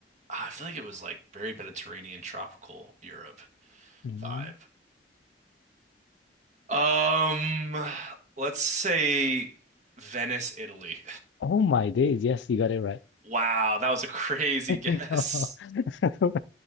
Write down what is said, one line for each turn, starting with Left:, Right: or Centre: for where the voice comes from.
Right: Ah, I feel like it was like very Mediterranean, tropical Europe.
Left: Mhm.
Right: Five. Um, let's say Venice, Italy.
Left: Oh my days. Yes, you got it right.
Right: Wow, that was a <laughs> crazy
Left: <laughs>
Right: guess.
Left: No. <laughs>